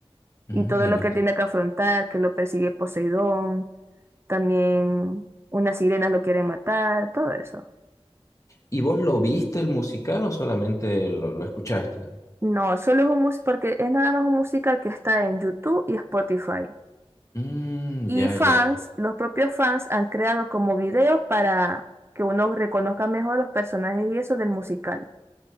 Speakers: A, on the left; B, on the right.
A: mm,
B: Y todo
A: buenísimo.
B: lo que tiene que afrontar, que lo persigue Poseidón, también unas sirenas lo quieren matar, todo eso.
A: ¿Y vos lo viste el musical o solamente lo, lo escuchaste?
B: No, solo es un mus- porque es nada más un musical que está en YouTube y Spotify.
A: Mm,
B: Y
A: ya,
B: fans,
A: ya.
B: los propios fans han creado como videos para que uno reconozca mejor los personajes y eso del musical.